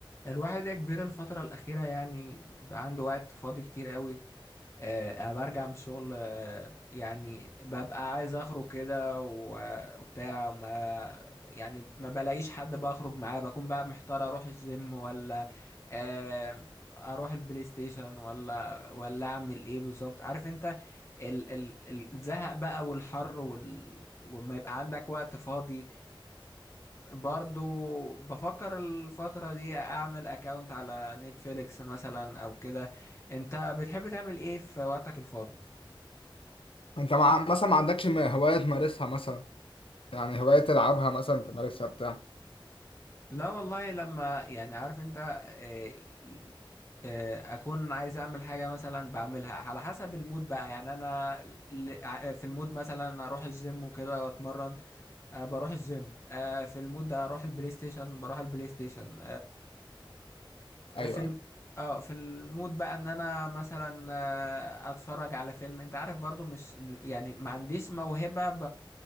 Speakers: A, on the left (about 30°); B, on the left (about 80°).
A: الواحد يا كبير الفترة الأخيرة يعني بقى عنده وقت فاضي كتير قوي آه، أنا برجع من الشغل آه، يعني ببقى عايز أخرج كده و- وبتاع ما يعني ما بلاقيش حد بقى أخرج معاه بكون بقى محتار أروح الجيم ولا آه، أروح البلاي ستيشن ولا ولا أعمل إيه بالظبط عارف أنت ال ال الزهق بقى والحر وال وما يبقى عندك وقت فاضي برضو بفكر الفترة دي اعمل اكاونت على نتفليكس مثلا او كده انت بتحب تعمل ايه في وقتك الفاضي
B: انت مع... مثلا ما عندكش م- هواية تمارسها مثلا يعني هواية تلعبها مثلا تمارسها بتاع
A: لا والله لما يعني عارف انت آه، ي- آه، اكون عايز اعمل حاجة مثلا بعملها على حسب المود بقى يعني انا ل- ع- في المود مثلا اروح الجيم وكده واتمرن آه، بروح الجيم آه، في المود ده اروح البلاي ستيشن بروح البلاي ستيشن
B: ايوه
A: في الم...
B: أيوة.
A: اه في المود بقى ان انا مثلا آه، اتفرج على فيلم انت عارف برضو مش م- يعني ما عنديش موهبة ب...